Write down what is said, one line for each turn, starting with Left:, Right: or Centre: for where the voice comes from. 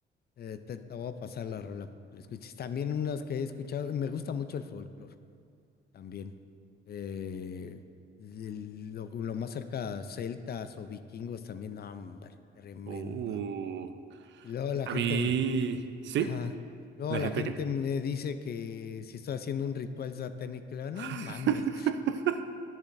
Left: Eh, te, te voy a pasar la rola para que la escuches. También unas que he escuchado, me gusta mucho el folclore. también. Eh, el- lo, lo más cerca, celtas o vikingos también, no, hombre, tremendo.
Right: Uh.
Left: Y luego la
Right: A
Left: gente
Right: mí...
Left: me,
Right: ¿Sí?
Left: ajá. Luego
Right: ¿La
Left: la
Right: gente
Left: gente
Right: qué?
Left: me dice que si estoy haciendo un ritual satánico, le digo, no
Right: <laughs>
Left: mames,